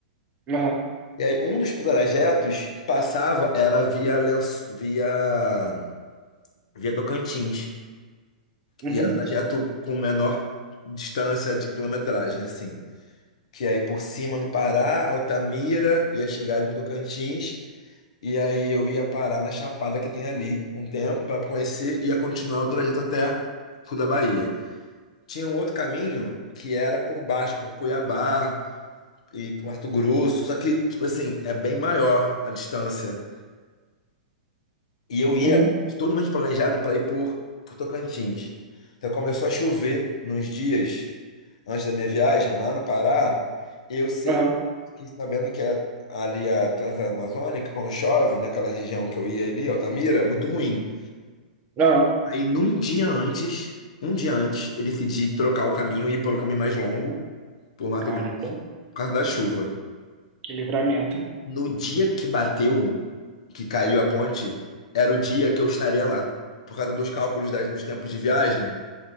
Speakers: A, on the right (about 25°); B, on the left (about 55°).
A: Aham.
B: E aí, um dos trajetos passava, era via, Lenço- via, via Tocantins.
A: Uhum.
B: E era o trajeto com menor distância de quilometragem, assim. Que aí por cima do Pará, Altamira, ia chegar em Tocantins. E aí eu ia parar na Chapada que tem ali um tempo para conhecer e ia continuar o trajeto até sul da Bahia. Tinha um outro caminho que era por baixo, por Cuiabá e por Mato Grosso. Só que, tipo assim, é bem maior a distância. E eu ia
A: Uhum.
B: totalmente planejado para ir por, por Tocantins. Então começou a chover nos dias antes da minha viagem, lá no Pará. Eu sei,
A: Aham.
B: fiquei sabendo que a- ali a Transamazônica, quando chove, naquela região que eu ia ali, Altamira, é muito ruim.
A: Aham.
B: Aí num dia antes, um dia antes, eu decidi trocar o caminho e ir pelo caminho mais longo, por Mato
A: Caramba.
B: Grosso, por causa da chuva.
A: Que livramento, hein?
B: No dia que bateu, que caiu a ponte, era o dia que eu estaria lá. Por causa dos cálculos das- dos tempos de viagem.